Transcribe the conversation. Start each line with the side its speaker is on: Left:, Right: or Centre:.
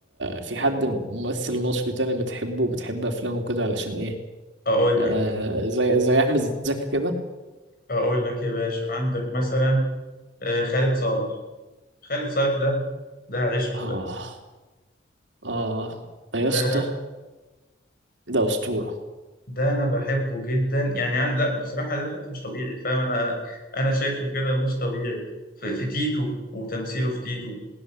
Right: في حد ممثل مصري تاني بتحبه وبتحب افلامه كده علشان ايه
Left: أقول
Right: آه
Left: لك
Right: زي زي احمد زكي كده
Left: أقول لك يا باشا عندك مثلا آه، خالد صالح خالد صالح ده ده عشق
Right: اه
Left: بقى
Right: اه ده يا
Left: ده
Right: اسطى ده اسطوره
Left: ده انا بحبه جدا يعني عن... لا بصراحه ده حد مش طبيعي فاهم انا انا شايفه كده مش طبيعي في, في تيتو وتمثيله في تيتو